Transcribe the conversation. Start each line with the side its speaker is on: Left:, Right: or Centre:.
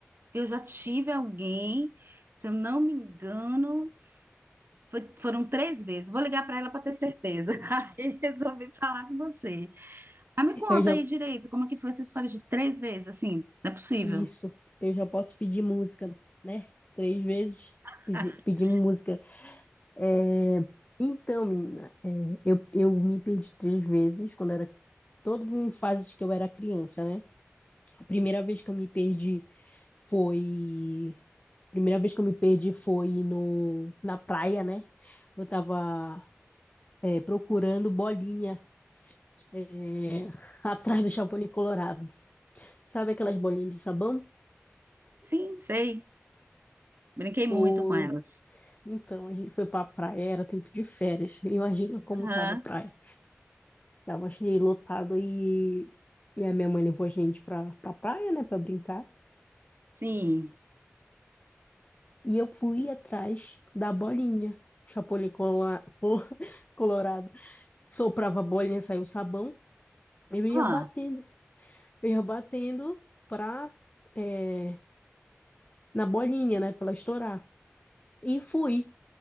Right: eu já tive alguém, se eu não me engano. Foi- Foram três vezes. Vou ligar para ela para ter certeza. <laughs> Aí resolvi falar com você. Mas me conta
Left: Eu já,
Right: aí direito, como que foi essa história de três vezes? Assim, não é possível.
Left: isso, eu já posso pedir música, né? Três vezes
Right: <laughs>
Left: pedi- pedimos música. É, então, menina, é, eu, eu me perdi três vezes quando era, todas em fases que eu era criança, né? Primeira vez que eu me perdi foi. Primeira vez que eu me perdi foi no, na praia, né? Eu tava é, procurando bolinha é, <laughs> atrás do Chapolin Colorado. Sabe aquelas bolinhas de sabão?
Right: Sim, sei. Brinquei muito
Left: Ou
Right: com elas.
Left: então a gente foi pra praia, era tempo de férias. <laughs> Imagina como
Right: Aham,
Left: tava a praia. Tava cheio lotado e, e a minha mãe levou a gente pra, pra praia, né, pra brincar.
Right: sim.
Left: E eu fui atrás da bolinha, Chapolin cola- col- <laughs> Colorado. soprava a bolinha, saiu o sabão, eu ia
Right: Ah,
Left: batendo, eu ia batendo pra, é, na bolinha, né, pra ela estourar. E fui,